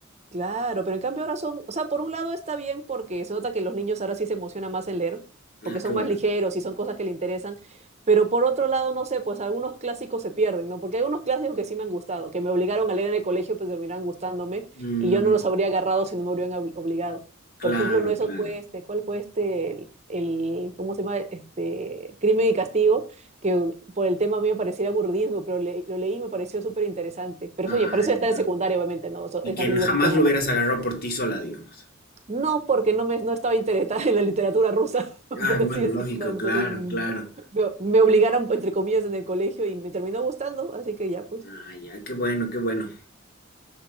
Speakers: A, on the right; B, on the left.
A: Claro, pero en cambio ahora son, o sea, por un lado está bien porque se nota que los niños ahora sí se emocionan más en leer, porque
B: Ah,
A: son
B: qué bueno.
A: más ligeros y son cosas que le interesan, pero por otro lado, no sé, pues algunos clásicos se pierden, ¿no? Porque hay unos clásicos que sí me han gustado, que me obligaron a leer en el colegio, pues terminaron gustándome
B: Mm,
A: y yo no los habría agarrado si no me hubieran ob- obligado.
B: claro,
A: Por ejemplo, uno de esos
B: claro.
A: fue este, ¿cuál fue este, el, el- ¿cómo se llama? Este, Crimen y Castigo, que por el tema a mí me parecía aburrido pero le- lo leí y me pareció súper interesante. Pero
B: Ah,
A: eso, oye, para eso
B: ya.
A: ya está en secundaria, obviamente, ¿no? Eso,
B: Y
A: esas
B: que
A: libros
B: jamás
A: no te mandan
B: lo hubieras
A: a leer.
B: agarrado por ti sola, digamos.
A: No, porque no, me, no estaba interesada en la literatura rusa, <laughs>
B: Ah,
A: por
B: bueno,
A: así decirlo.
B: lógico,
A: Entonces
B: claro,
A: mm,
B: claro.
A: me, me obligaron, entre comillas, en el colegio y me terminó gustando, así que ya, pues,
B: Ah, ya, qué bueno, qué bueno.